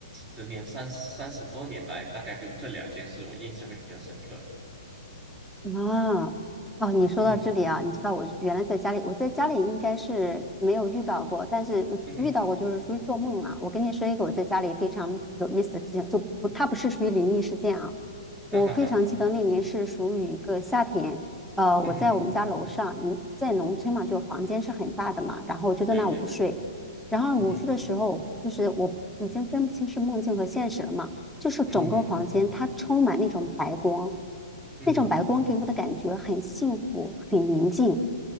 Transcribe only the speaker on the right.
十年三十三十多年来，大概就这两件事我印象会比较深刻。
嗯
嗯哼，
啊哈哈，
嗯哼哼，
对对对，
嗯哼哼，
嗯哼哼，嗯哼哼